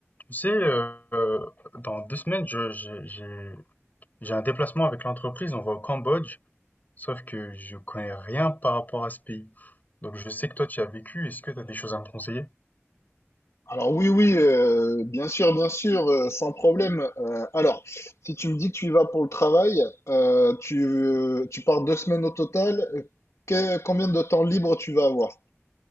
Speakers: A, on the left (about 35°); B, on the left (about 80°).
A: Tu sais, euh, dans deux semaines, je- j'ai j'ai- j'ai un déplacement avec l'entreprise, on va au Cambodge, sauf que je connais rien par rapport à ce pays. Donc je sais que toi, tu y as vécu, est-ce que tu as des choses à me conseiller?
B: Alors oui, oui, euh, bien sûr, bien sûr, euh, sans problème. Euh, alors, si tu me dis que tu y vas pour le travail, euh, tu, euh, tu pars deux semaines au total, euh, que- combien de temps libre tu vas avoir?